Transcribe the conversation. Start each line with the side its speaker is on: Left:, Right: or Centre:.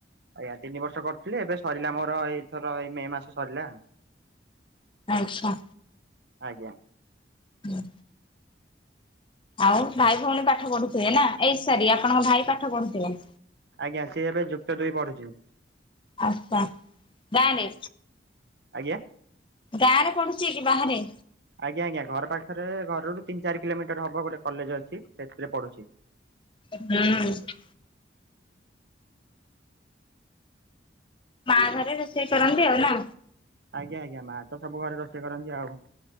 Right: ଆଜ୍ଞା ତିନି ବର୍ଷ କରିଥିଲି ଏବେ ସରିଲା ମୋର ଏଇଥର ଏଇ ମେ ମାସ ସରିଲା।
Left: ଆଚ୍ଛା।
Right: ଆଜ୍ଞା।
Left: ହଁ। ଆଉ ଭାଇ ଭଉଣୀ ପାଠ ପଢୁଥିବେ ନା ଏଇ ସରି ଆପଣଙ୍କ ଭାଇ ପାଠ ପଢୁଥିବ?
Right: ଆଜ୍ଞା ସିଏ ଏବେ ଯୁକ୍ତ ଦୁଇ ପଢୁଛି।
Left: ଆଚ୍ଛା ଗାଆଁ ରେ।
Right: ଆଜ୍ଞା।
Left: ଗାଁ ରେ ପଢୁଛି କି ବାହାରେ?
Right: ଆଜ୍ଞା ଆଜ୍ଞା ଘର ପାଖରେ ଘରରୁ ତିନି ଚାରି କିଲୋମିଟର ହବ ଗୋଟେ କଲେଜ ଅଛି ସେଥିରେ ପଢୁଛି।
Left: ହୁଁ। ମା ଘରେ ରୋଷେଇ କରନ୍ତି ଆଉ ନା।
Right: ଆଜ୍ଞା ଆଜ୍ଞା ମା ତ ସବୁ ଘରେ ରୋଷେଇ କରନ୍ତି ଆଉ